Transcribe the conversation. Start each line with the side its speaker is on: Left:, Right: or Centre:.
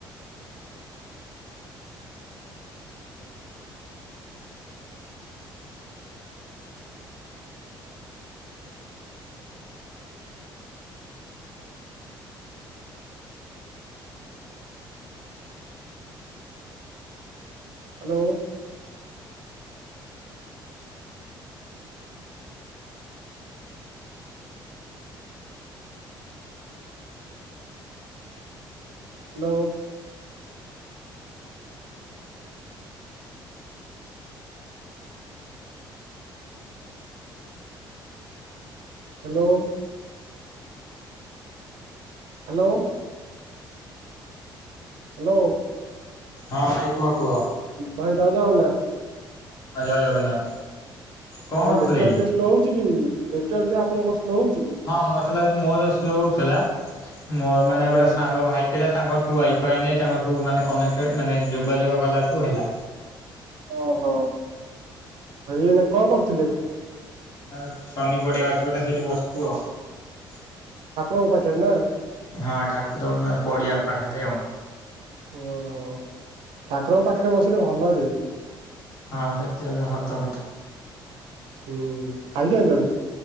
Right: hello hello hello hello hello
Left: ହଁ ଭାଇ କୁହ କୁହ
Right: ଭାଇ ଜୟ ଜଗନ୍ନାଥ
Left: ଜୟ ଜଗନ୍ନାଥ କଣ
Right: ଭାଇ
Left: କରୁଥିଲେ
Right: ନେଟୱାର୍କ
Left: କି?
Right: ଟିକେ ସ୍ଲୋ ହଉଛି କି ନେଟୱାର୍ ଟିକେ ଆପଣଙ୍କର ସ୍ଲୋ ହଉଛି କି
Left: ହଁ ମତେ ଲାଗୁଛି ମୋର ସ୍ଲ ଥିଲା ମୋ ମାନେ
Right: ଆଜ୍ଞା
Left: ଗୋଟେ ସାଙ୍ଗ ଭାଇ ଥିଲା ତାଙ୍କଠୁ ୱାଇଫାଇ ନେଇ ତାଙ୍କଠୁ ମାନେ କନେକ୍ଟ ମାନେ ଯୋଗାଯୋଗ କଲାଠୁ ହେଲା।
Right: ଓହୋ ଏଇନା କଣ କରୁଥିଲେ?
Left: ନା ଶନି ପଡିଆ ଅଛି ଗୋଟେ ସେଇଠି ବସୁଚୁ ଆଉ।
Right: ଠାକୁରଙ୍କ ପାଖରେ ନା।
Left: ହଁ ଠାକୁର ମା ମାନେ ପଡିଆ ପାଖରେ ଆଉ।
Right: ଓହୋ ଠାକୁରଙ୍କ ପାଖରେ ବସିଲେ ଭଲ ଯେ।
Left: ହଁ ସେତିକ ତ ସତ କଥା।
Right: ହୁଁ ଖାଇ ସାଇଲଣି।